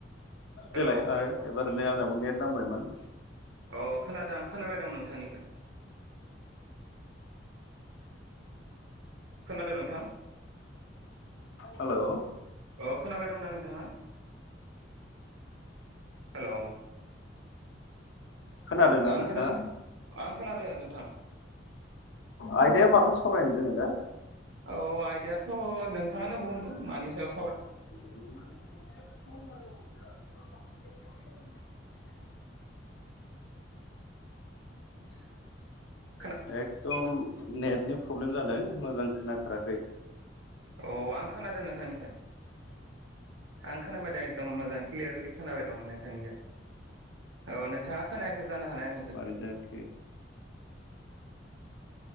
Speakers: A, on the right (about 85°); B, on the left (about 75°).
A: हेलौ
B: देलाय आरो एबार ओै आंनाव नेट नांबायमोन।
A: अ खोनादों खोनाबाय दं नोंथांनिखौ। खोनादों नोंथां
B: हेलौ
A: अ खोनाबाय दंना नोंथाङा हेलौ
B: खोनादोंना
A: आं
B: नोंथाङा?
A: खोना‌ आं खोनादो नोंथां।
B: आयदाया माखौ सावरायनो जोंङो दा
A: औ आयदायथ नों थांङानो बुंदों मानि साव
B: <inaudible> <inaudible>
A: <inaudible>
B: एकदम नेटनि प्रब्लेम जादों मोजां खोनाथाराखै।
A: अ आं खोनादों नों थांनिखो आं‌ खो नाबाय दं एकदम मोजां क्लियारलि खोनाबाय दंं नोंथांनिखो औ नोंथाङा खोनायाखै जानो हानाय आंनिखो
B: मारै
A: <inaudible>
B: जाखो